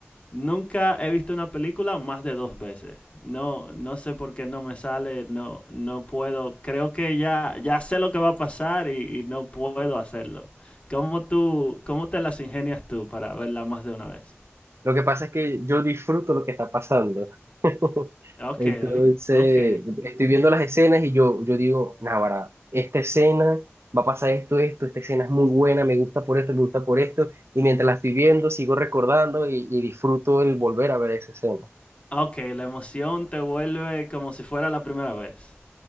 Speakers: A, on the left; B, on the right.
A: Nunca he visto una película más de dos veces. No, no sé por qué no me sale, no, no puedo. Creo que ya, ya sé lo que va a pasar y, y no puedo hacerlo. ¿Cómo tú, cómo te las ingenias tú para verla más de una vez?
B: Lo que pasa es que yo disfruto lo que está pasando. <laughs>
A: Ok,
B: Entonces,
A: ok.
B: estoy viendo las escenas y yo, yo digo, Náguara, esta escena va a pasar esto, esto, esta escena es muy buena, me gusta por esto, me gusta por esto, y mientras la estoy viendo, sigo recordando y, y disfruto el volver a ver esa escena.
A: Ok, la emoción te vuelve como si fuera la primera vez.